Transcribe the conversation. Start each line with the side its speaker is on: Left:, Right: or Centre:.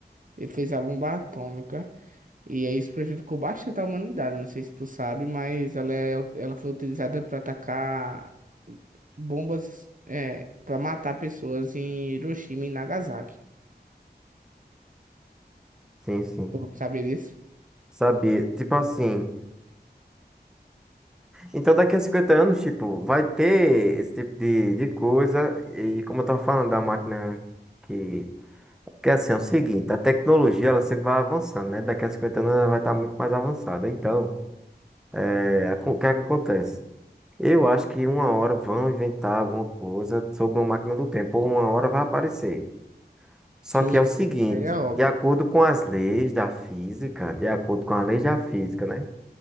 Right: Ele fez a bomba atômica. E aí isso prejudicou bastante a humanidade. Não sei se tu sabe, mas ela, é, ela foi utilizada para atacar bombas é, para matar pessoas em Hiroshima e Nagasaki.
Centre: Sim, sim.
Right: Tu sabia disso?
Centre: Sabia. Tipo assim. Então, daqui a 50 anos, tipo, vai ter esse tipo de, de coisa. E como eu tava falando da máquina que. Que é assim, é o seguinte, a tecnologia ela sempre vai avançando, né? Daqui a 50 anos ela vai estar muito mais avançada. Então, é, acon- o que é que acontece? Eu acho que uma hora vão inventar alguma coisa sobre uma máquina do tempo, ou uma hora vai aparecer. Só
Right: Sim,
Centre: que é o
Right: sim,
Centre: seguinte,
Right: isso aí é óbvio.
Centre: de acordo com as leis da física, de acordo com as leis da física, né?